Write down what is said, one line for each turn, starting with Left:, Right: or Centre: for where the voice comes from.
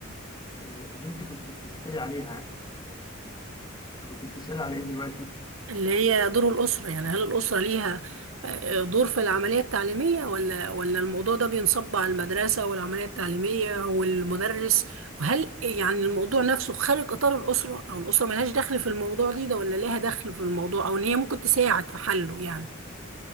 Left: آه، اللي انت كنت بتسألي عليها آه، انت كنت بتسألي على ايه دلوقتي
Right: اللي هي دور الأسرة يعني هل الأسرة ليها آه، دور في العملية التعليمية ولا ولا الموضوع ده بينصب على المدرسة والعملية التعليمية والمدرس وهل يعني الموضوع نفسه خارج إطار الأسرة أو الأسرة ملهاش دخل في الموضوع دي ده ولا ليها دخل في الموضوع أو إن هي ممكن تساعد في حله يعني